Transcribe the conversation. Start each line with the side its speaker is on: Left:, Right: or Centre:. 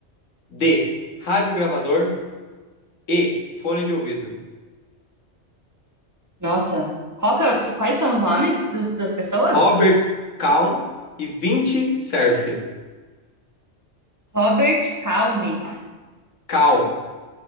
Left: D. Rádio gravador. E. Fone de ouvido.
Right: nossa. Qual que é o- quais são os nomes dos, das pessoas?
Left: Robert Calm e 20 Surf.
Right: Robert Calme.
Left: Calm.